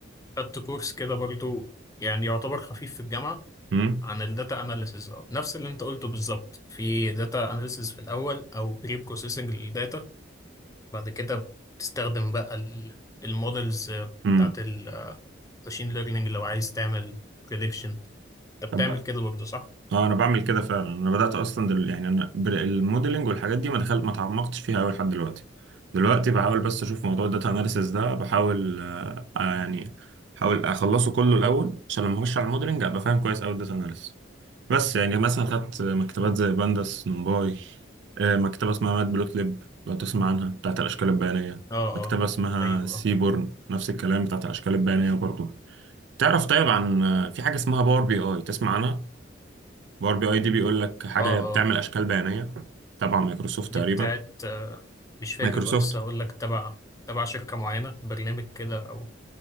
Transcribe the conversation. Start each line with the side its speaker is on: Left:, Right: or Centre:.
Left: خدت كورس كده برضو يعني يعتبر خفيف في الجامعة
Right: مم.
Left: عن الداتا اناليسز اه نفس اللي انت قلته بالظبط في داتا اناليسز في الاول او بري بروسيسنج للداتا بعد كده بتستخدم بقى المودلز
Right: امم
Left: بتاعت الماشين ليرنينج لو عايز تعمل بريدكشن انت
Right: طب
Left: بتعمل كده برضه صح؟
Right: اه انا بعمل كده فعلا انا بدات اصلا دل... يعني انا بر- الموديلنج والحاجات دي ما دخلت ما تعمقتش فيها قوي لحد دلوقتي دلوقتي بحاول بس اشوف موضوع الداتا اناليسيس ده بحاول آه آه، يعني بحاول اخلصه كله الاول عشان لما اخش على الموديلنج ابقى فاهم كويس قوي الداتا اناليسيس بس يعني مثلا خدت مكتبات زي بانداس نمباي آه، مكتبه اسمها مات بلوت ليب لو تسمع عنها بتاعت الاشكال البيانيه
Left: اه
Right: مكتبه
Left: اه
Right: اسمها
Left: ايوه
Right: سيبورن
Left: اه
Right: نفس الكلام بتاعت الاشكال البيانيه برضو تعرف طيب عن آه، في حاجه اسمها باور بي اي تسمع عنها باور بي اي دي بيقول لك حاجه
Left: اه
Right: بتعمل
Left: اه
Right: اشكال بيانيه تبع مايكروسوفت
Left: دي
Right: تقريبا
Left: بتاعت آه، مش فاكر
Right: مايكروسوفت
Left: اه لسه هقول لك تبع تبع شركة معينة برنامج كده او